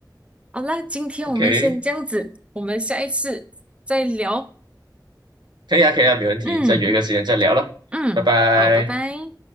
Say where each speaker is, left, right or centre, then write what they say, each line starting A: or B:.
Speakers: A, on the right; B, on the right.
A: 好啦，今天我们先这样子，
B: ，OK，
A: 我们下一次再聊。
B: 可以啊，可以啊，没问题，
A: 嗯
B: 再约一个时间再聊了，
A: 嗯，
B: 拜拜。
A: 好，拜拜。